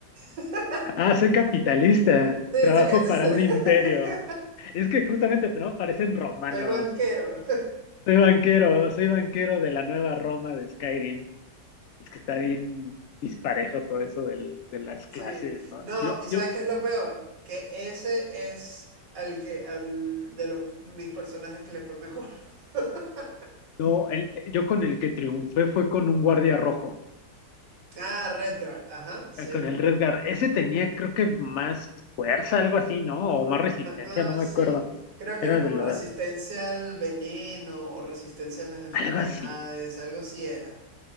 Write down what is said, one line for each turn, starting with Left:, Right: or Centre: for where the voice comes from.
Right: <laughs>
Left: Ah, soy capitalista,
Right: Sí,
Left: trabajo
Right: sí, es-
Left: para
Right: <laughs>
Left: un imperio. Es que justamente, ¿no? Parecen romanos.
Right: soy banquero.
Left: Soy banquero, soy banquero de la nueva Roma de Skyrim. Es que está bien disparejo todo eso del- de las
Right: Sí.
Left: clases, ¿no?
Right: No,
Left: Yo,
Right: ¿y sabes
Left: yo,
Right: qué es lo peor? Que ese es al que, al de los mis personajes que le fue mejor. <laughs>
Left: no, el- yo con el que triunfé fue con un guardia rojo,
Right: Ah, Redguard, ajá, sí.
Left: eh, con el Redgar. Ese tenía, creo que más fuerza, algo así, ¿no? O más resistencia,
Right: Ajá,
Left: no me
Right: sí.
Left: acuerdo.
Right: Creo que
Left: Era
Right: era como
Left: de lo,
Right: resistencia al veneno o resistencia a las enfermedades,
Left: algo así.
Right: algo así era.